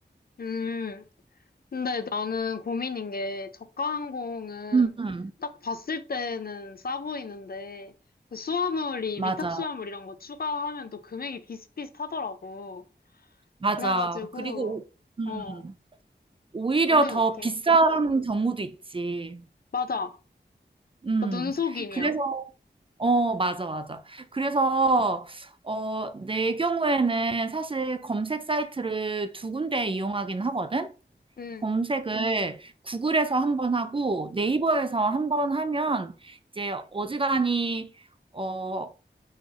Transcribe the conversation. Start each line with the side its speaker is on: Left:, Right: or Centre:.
Left: 음. 근데 나는 고민인 게 저가 항공은
Right: 음, 음,
Left: 딱 봤을 때는 싸 보이는데 그 수화물이
Right: 맞아,
Left: 위탁 수화물 이런 거 추가하면 또 금액이 비슷비슷하더라고.
Right: 맞아.
Left: 그래가지고
Right: 그리고, 오-
Left: 어
Right: 음, 오히려
Left: 언니는
Right: 더
Left: 어떻게?
Right: 비싼 경우도 있지.
Left: 맞아.
Right: 음,
Left: 그러니까 눈속임이야.
Right: 그래서 어, 맞아, 맞아. 그래서, 어, 내 경우에는 사실 검색 사이트를 두 군데 이용하긴 하거든?
Left: 응.
Right: 검색을 구글에서 한번 하고 네이버에서 한번 하면 이제 어지간히, 어,